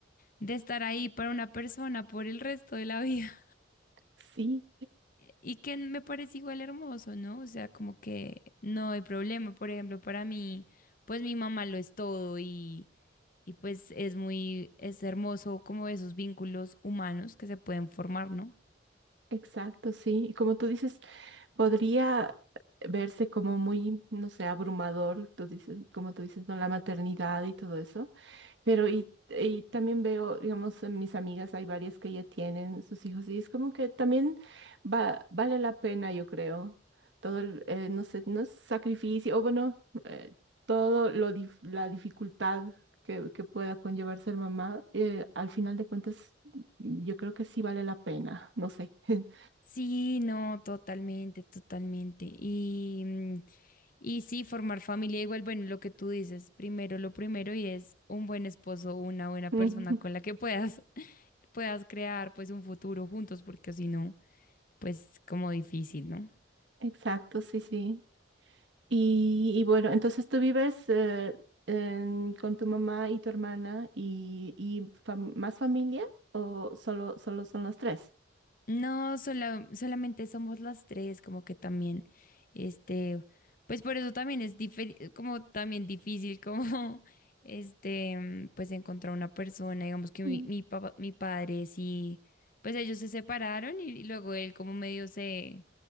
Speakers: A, on the left; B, on the right.
A: de estar ahí para una persona por el resto de la <laughs> vida
B: Sí,
A: y que me parece igual hermoso, ¿no? O sea, como que no hay problema. Por ejemplo, para mí, pues mi mamá lo es todo y, y pues es muy, es hermoso como esos vínculos humanos que se pueden formar, ¿no?
B: exacto, sí. Y como tú dices, podría verse como muy, no sé, abrumador, tú dices, como tú dices, ¿no? La maternidad y todo eso, pero y, y también veo, digamos, en mis amigas, hay varias que ya tienen sus hijos y es como que también va, vale la pena, yo creo, todo el, eh, no sé, no es sacrificio, o bueno, eh, todo lo, dif- la dificultad que, que pueda conllevar ser mamá, eh, al final de cuentas, yo creo que sí vale la pena, no sé. <laughs>
A: Sí, no, totalmente, totalmente. Y, mm, y sí, formar familia igual, bueno, lo que tú dices, primero lo primero y es un buen esposo, una buena
B: Mm.
A: persona
B: <laughs>
A: con la que puedas, <laughs> puedas crear pues un futuro juntos, porque si no, pues como difícil, ¿no?
B: Exacto, sí, sí. Y, y bueno, entonces tú vives eh, en- con tu mamá y tu hermana y, y fam- más familia o solo, solo son los tres?
A: No, sola- solamente somos las tres, como que también, este, pues por eso también es diferi- como también difícil, como, <laughs> este, mm, pues encontrar una persona, digamos que mi,
B: Mm.
A: mi papá, mi padre sí, pues ellos se separaron y, y luego él como medio se,